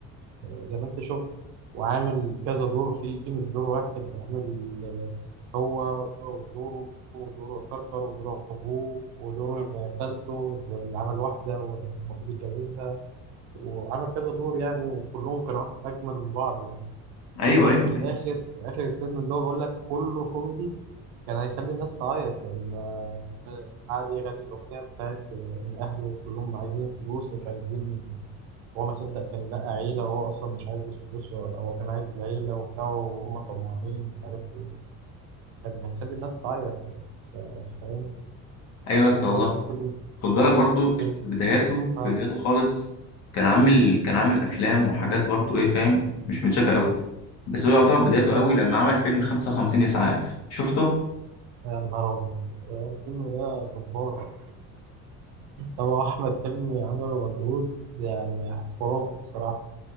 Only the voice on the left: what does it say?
ايوه
ايوه
ايوه
ايوه يا
اسطى والله
خد بالك برضو
في بداياته
في بداياته خالص كان عامل كان عامل افلام وحاجات برضو ايه فاهم مش متشافه قوي بس هو يعتبر بدايته
قوي لما عمل فيلم 55 اسعاف شفته